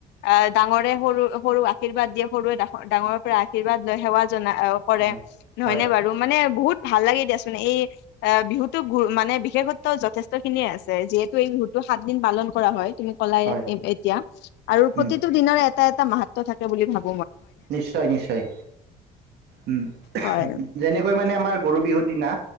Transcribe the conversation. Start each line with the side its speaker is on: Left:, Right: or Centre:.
Left: আহ, ডাঙৰে সৰু-সৰুক আশীৰ্বাদ দিয়ে, সৰুৱে ডাঙৰৰ পৰা আশীৰ্বাদ লৈ সেৱা <unintelligible> কৰে
Right: হয়
Left: নহয়নে
Right: হয়
Left: বাৰু মানে বহুত ভাল লাগে দিয়াচোনে এই অ', বিহুতো গ মানে বিশেষত্ব যথেষ্ট খিনিয়ে আছে যিহেতু এই বিহুতো সাতদিন পালন কৰা হয়। তুমি কলাই
Right: হয়
Left: এতিয়া আৰু প্ৰতিটো
Right: উম
Left: দিনৰ এটা এটা মাহাত্ব থাকে বুলি ভাব
Right: নিশ্চয় নিশ্চয়। উম,
Left: হয়
Right: যেনেকৈ মানে আমাৰ গৰু বিহুৰ দিনা